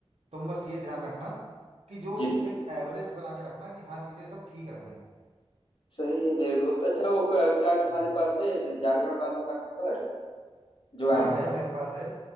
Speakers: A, on the right (about 85°); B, on the left (about 55°).
A: तुम बस ये ध्यान रखना कि जो
B: जी जी
A: एक एवरेज बना के रखना कि हाँ चीज़ें सब ठीक रहें
B: सही है मेरे दोस्त अच्छा वो क- क्या तुम्हारे
A: हाँ
B: पास है द- जागरण वालों का नंबर जो
A: हाँ
B: आएंगे
A: है मेरे पास है